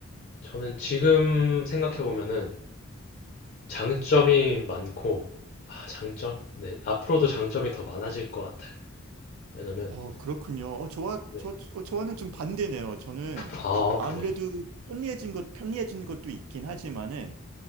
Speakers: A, on the left (about 45°); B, on the right (about 80°).
A: 저는 지금 생각해 보면은 장점이 많고, 아, 장점? 네, 앞으로도 장점이 더 많아질 것 같아요. 왜냐면,
B: 어, 그렇군요. 어, 저와,
A: 네.
B: 저, 저- 저와는 좀 반대네요. 저는
A: 아,
B: 아무래도
A: 네.
B: 편리해진 것, 편리해진 것도 있긴 하지만은